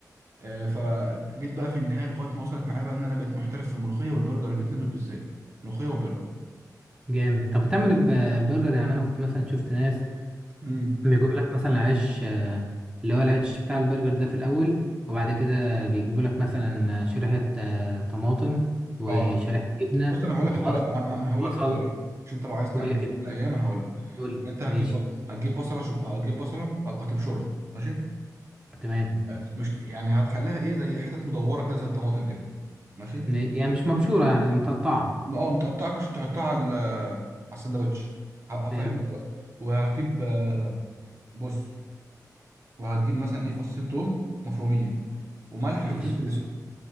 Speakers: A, on the right (about 45°); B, on the right (about 15°).
A: آه، فجيت بقى في النهايه لغايه ما وصلت معايا بقى ان انا بقيت محترف في الملوخيه والبرجر الاتنين دول بالذات ملوخيه وبرجر
B: جامد طب بتعمل ب- برجر يعني انا كنت مثلا شفت ناس
A: امم
B: بيجيبوا لك مثلا عيش آه، اللي هو العيش بتاع البرجر ده في الاول وبعد كده بيجيبوا لك مثلا شريحه آه، طماطم وشريحه
A: اه
B: جبنه
A: بص انا هقول
B: وخس
A: لك الطريقه انا أنا هقول
B: وصل
A: لك الطريقه مش انت لو عايز تعمله
B: كل كده
A: في يوم من الايام انا هقول لك
B: قول
A: انت هتجيب
B: ماشي
A: هتجيب بصله شو هتجيب بصله هتبشرها ماشي
B: تمام
A: آه، مش يعني هتخليها ايه زي حتت مدوره كده زي الطماطم كده ماشي
B: م- يعني مش مبشورة يعني متقطعة
A: اه متقطعه عشان تحطها على ال- على الساندوتش ه- هفهمك
B: حلو
A: دلوقتي وهتجيب آه، بص وهتجيب مثلا ايه فصين توم مفرومين وملح
B: ماشي
A: وفلفل اسود